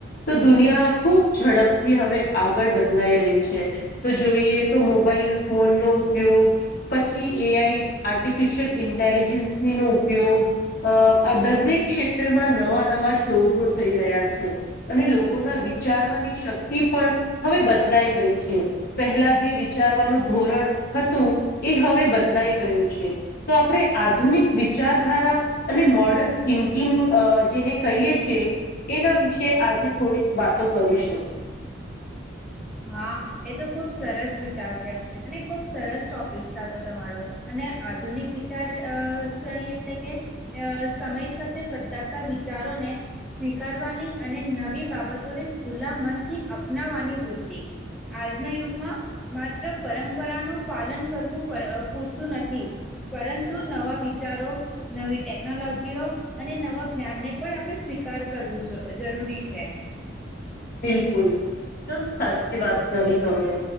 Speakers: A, on the left (about 55°); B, in the centre.
A: તો દુનિયા ખુબ ઝડપથી હવે આગળ બદલાઈ રહી છે તો જોઈએ તો મોબાઈલ ફોન નો ઉપયોગ પછી એ આઈ આર્ટિફિશિયલ ઇન્ટેલિજન્સ નો ઉપયોગ અ આ દરેક ક્ષેત્રમાં નવા નવા શોધો થઈ રહ્યા છે અને લોકોના વિચારવાની શક્તિ પણ હવે બદલાઈ ગઈ છે પહેલા જે વિચાર ધોરણ હતું એ હવે બદલાઈ ગયું છે તો આપણે આધુનિક વિચાર ાર અને મોર્ડર્ન થિંકિંગ જેને કહીએ છી એના વિશે કે આજે થોડીક વાતો કરીશું
B: હા એ તો ખુબ સરસ વિચાર છે અને ખુબ સરસ ટોપિક છે આ તો તમારો અને આધુનિક વિચાર શરણી એટલે કે સમય સાથે બદલાતા વિચારો સ્વીકારવાની અને નવી બાબતોને ખુલ્લા મનથી અપનાવવાની વૃતિ તે આજના યુગમાં માત્ર પરંપરાનું પાલન કરવું પૂરતું નથી પરંતુ નવા વિચારો નવી ટેકનોલોજીઓ અને નવા જ્ઞાનને પણ આપણે સ્વીકાર કરવું જરૂરી છે
A: બિલકુલ એકદમ સાચી વાત કરી તમે